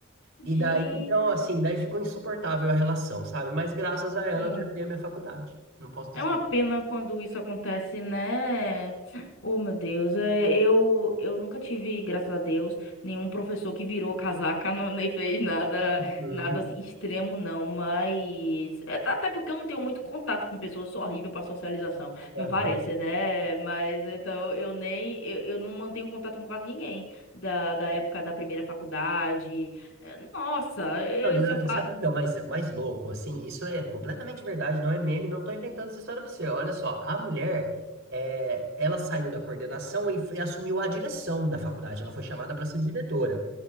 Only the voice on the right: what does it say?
E
daí, então, assim, daí ficou insuportável a relação, sabe? Mas graças a ela
eu terminei a minha faculdade. Não posso dizer.
Hum,
aham.
Não, e,
ah, sabe o que é o mais, mais louco? Assim, isso é completamente verdade, não é meme, não tô inventando essa história pra você. Olha só, a mulher, é, ela saiu da coordenação e, foi- assumiu a direção da faculdade. Ela foi chamada para ser diretora.